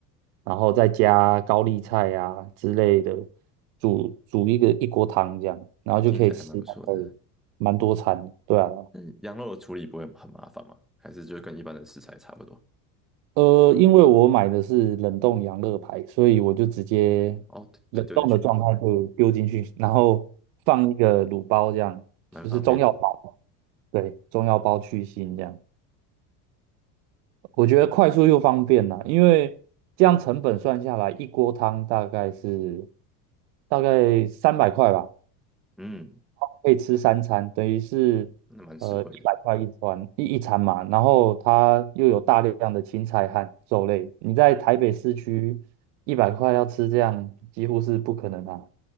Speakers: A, on the right (about 65°); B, in the centre.
A: 然后再加高丽菜啊之类的，煮煮一个一锅汤这样，然后就可以吃大概
B: 哦，听起来还蛮不错的。
A: 蛮多餐的对啊，
B: 那羊肉的处理不会很麻烦吗？还是就跟一般的食材差不多？
A: 呃，因为我买的是冷冻羊乐排，所以我就直接
B: 哦，
A: 冷冻的状态就丢进去，
B: 就丢进去吧，
A: 然后放一个卤包，这样就是中药包，
B: 蛮方便的。
A: 对，中药包去腥这样。我觉得快速又方便啦，因为这样成本算下来，一锅汤大概是大概三百块吧，
B: 嗯，
A: 可以吃三餐，等于是呃一百块一餐一一餐嘛，
B: 那蛮实惠的。
A: 然后它又有大量的青菜和肉类，你在台北市区一百块要吃这样几乎是不可能啊。